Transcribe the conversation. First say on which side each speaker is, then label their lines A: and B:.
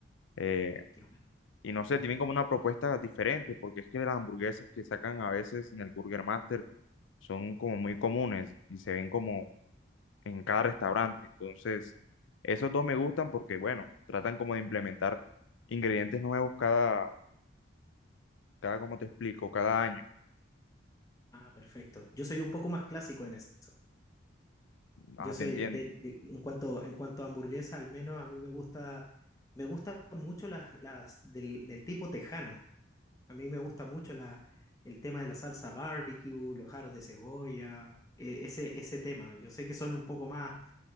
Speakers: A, on the left (about 80°); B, on the left (about 15°).
A: Eh,
B: qué bueno.
A: Y no sé, tienen como una propuesta diferente, porque es que las hamburguesas que sacan a veces en el Burger Master son como muy comunes y se ven como en cada restaurante. Entonces, esos dos me gustan porque, bueno, tratan como de implementar ingredientes nuevos cada, cada, como te explico, cada año.
B: Ah, perfecto. Yo soy un poco más clásico en eso.
A: Ah,
B: Yo soy
A: te entiendo.
B: de, de- en cuanto, en cuanto a hamburguesa, al menos a mí me gusta, me gustan mucho las, las del, del tipo tejano. A mí me gusta mucho la, el tema de la salsa barbecue, los jaros de cebolla, e- ese, ese tema. Yo sé que son un poco más,